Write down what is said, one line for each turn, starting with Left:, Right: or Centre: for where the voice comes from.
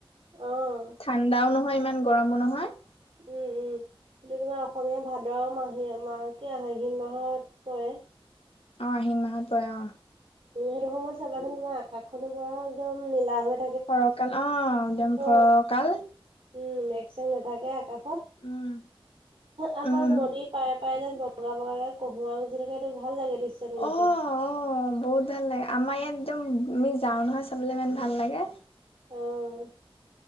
Right: অ',।
Left: ঠাণ্ডাও নহয় ইমান গৰমো নহয় <unintelligible>
Right: উম উম এইটো তোমাৰ অসমীয়া ভাদ মাহ কি মাহ আহিন মাহত পৰে
Left: অ আহিন মাহত পৰে অ
Right: উম, সেইটো সময়ত চাবাচোন তোমাৰ আকাশ খনো পুৰা একদম নীলা হৈ থাকে।
Left: ফৰকাল অ একদম
Right: অ
Left: ফৰকাল
Right: উম মেকচেক নাথাকে আকাশত
Left: উম
Right: আগত
Left: উম
Right: নদীৰ পাৰে পাৰে যেন বগা বগাকে কহুৱা গজি থাকে, এইটো ভাল লাগে দৃশ্যটো
Left: অ
Right: দেখি।
Left: অ বহুত ভাল লাগে আমাৰ ইয়াত একদম আমি যাওঁ নহয় চাবলৈ ইমান ভাল লাগে
Right: উম,